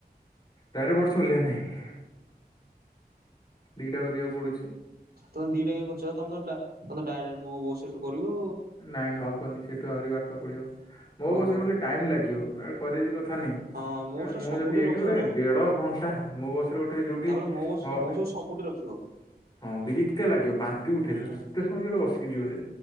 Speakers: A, on the left; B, on the right.
A: ଡାଇରେ ବଟସଲିଲ ନାହିଁ। ଦିଇଟା କରିବାକୁ ପଡୁ
B: ତମେ ଦିଟା କ କରୁଚ ତମ ତ ତମ ଡାଇଟ ମୋ ବସ ସେଇଠୁ କରିବ।
A: ନାଇଁ ନାଁ ହେବନି ସେଇଠୁ ଆହୁରି ବାଟ ପଢ଼ିବ ମୋ
B: ଓହୋ
A: ବସିବାକୁ ଗଲେ ଟାଇମ୍ ଲାଗିବ କରେଜ କଥା ନାହିଁ।
B: ହଁ ମୋ ବସ୍ ଟା
A: ମୁଁ
B: ସବୁଠି
A: ଯଦି ଏଇଠି
B: ରଖିବ
A: ଗୋଟେ
B: ନା
A: ଦେଢ ଘଣ୍ଟା ମୋ ବସରେ ଗୋଟେ ଯୋଉଠି
B: ତାପରେ ମୋ ବସ୍
A: ହ
B: ମୋ ବସ୍ <unintelligible>
A: ହଁ ବିରିତିଆ ଲାଗିବ ବାନ୍ତି ଉଠେଇ
B: ହୁଁ
A: ଦ ଅଟେ ସମୟ ଗୋଟେ ବସିବ କି ଯିବ ଯେ